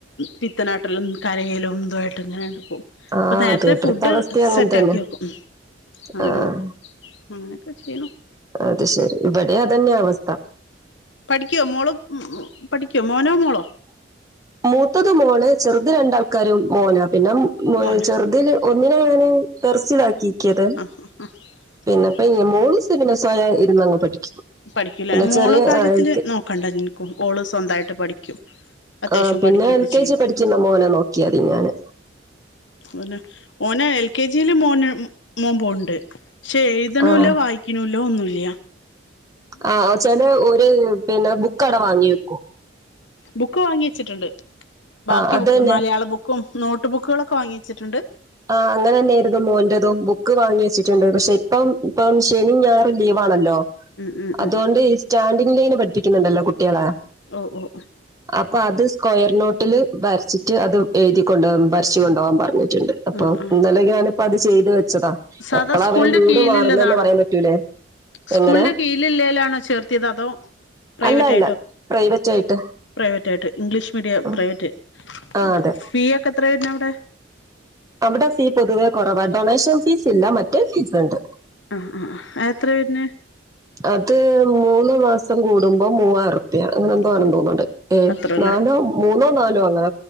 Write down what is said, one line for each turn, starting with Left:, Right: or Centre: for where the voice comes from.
Left: പിത്തനാട്ടലും കരയലും തൊ പ്പ
Right: ആഹ്
Left: നേരത്തെ
Right: തിയേറ്റർത്തെ
Left: ഫുഡ്
Right: അവസ്ഥയും അങ്ങനെ
Left: സെറ്റ്
Right: തന്നെ
Left: ആക്കി വെക്കും അങ്ങനെ
Right: ആഹ്
Left: നക്കും അങ്ങനെയൊക്കെ ചെയ്യുണു
Right: അത് ശരി ഇവടിം അതന്നയ അവസ്ഥ
Left: പഠിക്കോ മോളും പഠിക്കോ മോനോ മോളോ
Right: മൂത്തത് മോള് ചെറ്ത് രണ്ടാൾക്കാരും മോനാ പിന്നെ
Left: മോനാ
Right: ചെറ്തില് ഒന്നിനെ ഞാന് ദർസിലാക്കിക്കത്
Left: ആഹ് ആഹ്
Right: പിന്നെപ്പാ
Left: ആഹ്
Right: ഇ മോള് സിനിമ സ്വയഇര്ന്നങ്ങ് പഠിക്കും
Left: പഠിക്കൂല്ലേ
Right: പിന്നെ
Left: മോള
Right: ചെറിയ
Left: കാര്യത്തില്
Right: ആഹ് എൽ കെ
Left: നോക്കണ്ടാ ഇൻക്കും ഓള് സ്വന്തായിട്ട് പഠിക്കും അത്യാവശ്യം
Right: ഏ പിന്നെ
Left: പഠിക്കൊക്കെ
Right: എൽ കെ
Left: ചെയ്യും
Right: ജി പഠിക്ക്‌ന്ന മോനെ നോക്കിയാതി ഞാന്
Left: ഓന് ഓനെ എൽ കെ ജീല് മോന് മോൻ പോണ്ട് പക്ഷെ എ യ്തൂണുല്ല
Right: ആഹ്
Left: വായിക്കിണുല്ല ഒന്നുല്ല്യ
Right: ആ ഒ ചാല് ഓല് പിന്നെ ബുക്ക് അവടെ വാങ്ങിയേക്കും
Left: ബുക്ക് വാങ്ങി വെച്ചിട്ട്ണ്ട് ബാക്കി
Right: ആഹ് അത്
Left: ബുക്ക്
Right: തന്നെ
Left: മലയാള ബു ക്കും നോട്ട് ബുക്കുളൊക്കെ വാങ്ങി വെച്ചിട്ട്ണ്ട്
Right: ആ അങ്ങനന്നേര്ന്നു മോന്റതും ബുക്ക് വാങ്ങി വെച്ചിട്ട്ണ്ട് പക്ഷെ ഇപ്പം ഇപ്പം ശനി ഞായറും ലീവാണല്ലോ
Left: ഉം ഉം
Right: അതൊണ്ട്
Left: ഉം
Right: ഈസ് സ്റ്റാൻഡിങ്ങ് ലൈൻ പഠിപ്പിക്ക്ന്ന്ണ്ടല്ലോ കുട്ട്യേളെ.
Left: ഓഹ് ഓഹ്.
Right: അപ്പൊ അത് സ്ക്വയർ നോട്ടില് വര്ച്ചിട്ട് അത് എഴുതി കൊണ്ട് ഭര്ച്ച് കൊണ്ടവാൻ പറഞ്ഞിട്ട്ണ്ട്. അപ്പൊ
Left: ആ ആ
Right: ഇന്നലെ ഞാന്പ്പ അത് ചെയ്ത് വെച്ചതാ.
Left: സാധാ
Right: എപ്പളാ
Left: സ്കൂളിന്റെ
Right: അവരെ മൂട്
Left: കീഴിലുള്ളതാണോ
Right: മാറ്ന്നേന്ന് പറയാൻ പറ്റൂലേ.
Left: സ്കൂളിന്റെ
Right: എങ്ങനെ
Left: കീഴില് ഇല്ലേലാണോ ചേർത്തിയത്? അതോ, പ്രൈവറ്റായിട്ടോ?
Right: അല്ല അല്ല പ്രൈവറ്റ് ആയിട്ട്
Left: പ്രൈവറ്റ് ആയിട്ട്, ഇംഗ്ലീഷ് മീഡിയം
Right: ഉം.
Left: പ്രൈവറ്റ്.
Right: ആ
Left: ഓഹ്.
Right: അതെ
Left: ഫീ ഒക്കെ എത്ര വെര്നെ അവ്ടെ?
Right: അവടെ ഫീ പൊതുവേ കൊറവാ ഡൊണേഷൻ ഫീസ് ഇല്ല. മറ്റേ ഫീസ് ഇണ്ട്.
Left: ആഹ് ആഹ്. അഎത്രേ വെര്ന്?
Right: അത് മൂന്ന് മാസം കൂടുമ്പം മൂവായുർ പ്പ്യ അങ്ങനെ എന്തോ ആണെന്ന്
Left: ഓ
Right: തോന്ന്ണ്ട്. ഏഹ്
Left: അത്രല്ലേ
Right: നാലോ മൂന്നോ നാലോ അങ്ങന.